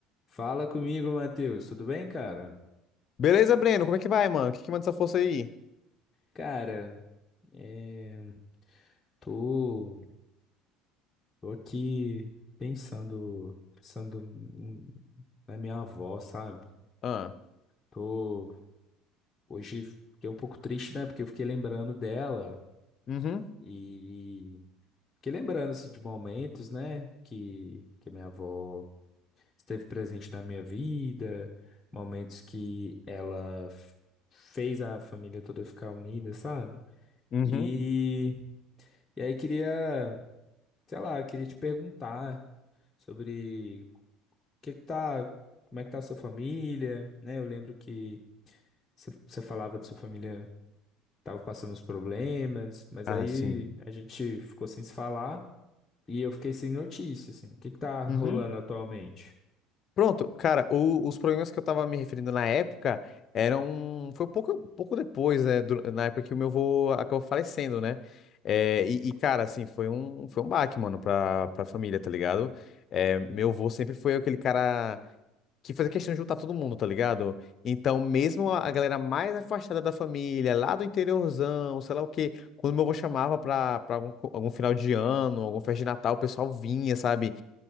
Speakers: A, on the left; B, on the left.
A: Fala comigo, Matheus. Tudo bem, cara?
B: Beleza, Breno? Como é que vai, mano? O que que manda essa força aí?
A: Cara, é, tô, tô aqui pensando, pensando n- na minha avó, sabe?
B: Ah,
A: Tô hoje fiquei um pouco triste, né? Porque eu fiquei lembrando dela
B: uhum,
A: e fiquei lembrando assim, de momentos, né? Que que minha avó esteve presente na minha vida, momentos que ela f- fez a família toda ficar unida, sabe?
B: uhum.
A: E E aí queria, sei lá, queria te perguntar sobre o que que tá, como é que tá a sua família, né? Eu lembro que você você falava de sua família tava passando uns problemas, mas
B: Ah,
A: aí
B: sim.
A: a gente ficou sem se falar e eu fiquei sem notícia, assim. O que que tá rolando
B: Uhum.
A: atualmente?
B: Pronto, cara, o- os problemas que eu tava me referindo na época eram. Foi pouco, pouco depois, né? dur- na época que o meu avô acabou falecendo, né? É, e, e, cara, assim, foi um, foi um baque, mano, pra, pra família, tá ligado? É, meu avô sempre foi aquele cara. que fazia questão de juntar todo mundo, tá ligado? Então, mesmo a a galera mais afastada da família, lá do interiorzão, sei lá o quê, quando meu avô chamava pra, pra algum, co- algum final de ano, alguma festa de Natal, o pessoal vinha, sabe?